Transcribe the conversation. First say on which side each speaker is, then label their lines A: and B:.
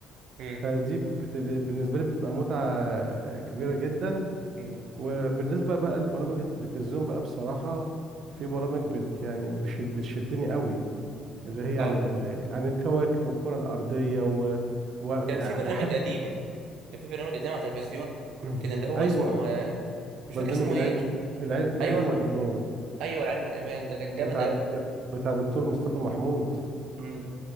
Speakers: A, on the right; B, on the right.
A: امم
B: فدي بت... بالنسبه لي بتبقى متعه آه، كبيره جدا
A: امم
B: وبالنسبه بقى لبرامج التلفزيون بقى بصراحه في برامج بت... يعني بشد... بتشدني قوي اللي هي
A: اه
B: عن ال... عن الكواكب والكرة الأرضية و... وأحب
A: كان في برنامج قديم كان في برنامج قديم على التلفزيون
B: <clears throat>
A: كان اللي هو
B: أيوة
A: اسمه آه، مش
B: برنامج
A: فاكر اسمه
B: العلم
A: ايه
B: العل... العلم
A: ايوه
B: والإيمان
A: ايوه العلم والايمان ده كان جامد
B: بتاع
A: قوي
B: ب... بتاع دكتور مصطفى محمود
A: امم